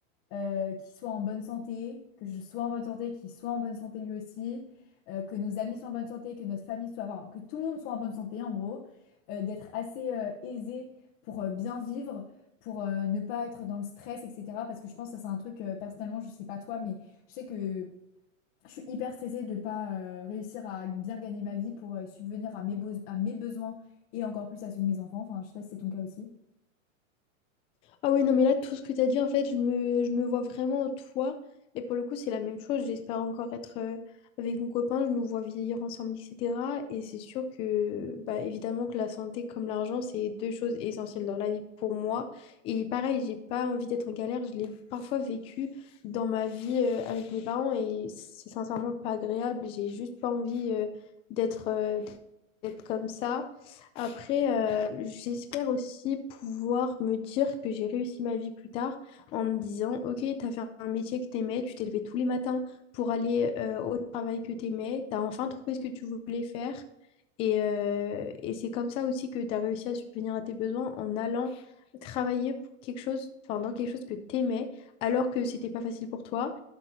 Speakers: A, on the left; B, on the left.
A: euh, qu'il soit en bonne santé, que je sois en bonne santé, qu'il soit en bonne santé lui aussi, euh, que nos amis soient en bonne santé, que notre famille soit, enfin, que tout le monde soit en bonne santé, en gros, euh, d'être assez euh, aisé pour euh, bien vivre, pour euh, ne pas être dans le stress, etc. Parce que je pense que ça, c'est un truc, euh, personnellement, je sais pas toi, mais je sais que je suis hyper stressée de pas euh, réussir à bien gagner ma vie pour euh, subvenir à mes, beaux- à mes besoins et encore plus à ceux de mes enfants. Enfin, je sais pas si c'est ton cas aussi.
B: Ah oui, non, mais là, tout ce que tu as dit, en fait, je me, je me vois vraiment toi. Et pour le coup, c'est la même chose. J'espère encore être euh, avec mon copain, je nous vois vieillir ensemble, etc. Et c'est sûr que, bah, évidemment, que la santé comme l'argent, c'est deux choses essentielles dans la vie pour moi. Et pareil, j'ai pas envie d'être en galère. Je l'ai parfois vécu dans ma vie euh, avec mes parents et c'est sincèrement pas agréable. J'ai juste pas envie euh, d'être euh, être comme ça. Après, euh, j'espère aussi pouvoir me dire que j'ai réussi ma vie plus tard en me disant, ok, t'as fait un métier que t'aimais, tu t'es levé tous les matins pour aller euh, au travail que t'aimais, t'as enfin trouvé ce que tu voulais faire. Et, euh, et c'est comme ça aussi que t'as réussi à subvenir à tes besoins en allant travailler pour quelque chose, enfin dans quelque chose que t'aimais, alors que c'était pas facile pour toi.